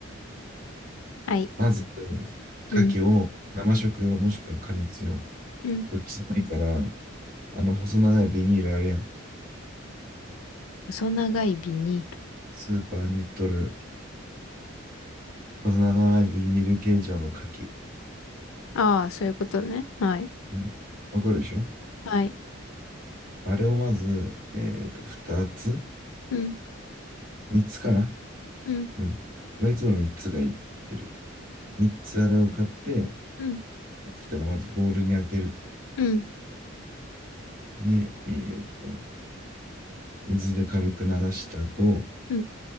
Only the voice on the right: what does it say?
まず、
牡蠣を生食用もしくは加熱用。
どっちでもいいから、あの細長いビニールあるやん。
スーパーに売っとる細長いビニール形状の牡蠣。
うん。わかるでしょ
あれをまず、えっと、2つ
?3 つかな
うん。俺はいつも3つがいいって言ってる。3つあれを買って、
きたらまずボウルに開ける。
で、えっと、水で軽く流した後、